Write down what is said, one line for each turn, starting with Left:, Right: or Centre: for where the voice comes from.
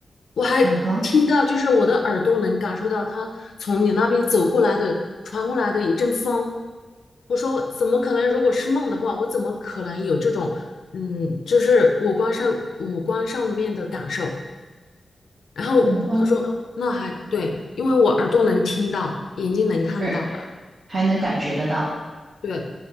Left: 我还听到就是我的耳朵能感受到他从你那边走过来的传过来的一阵风。
Right: 嗯哼，
Left: 我说怎么可能？如果是梦的话，我怎么可能有这种嗯，就是五官上五官上面的感受？然后他说那还对，
Right: 五官，
Left: 因为我耳朵能听到，眼睛能看到，
Right: 呃，还能感觉得到。
Left: 对，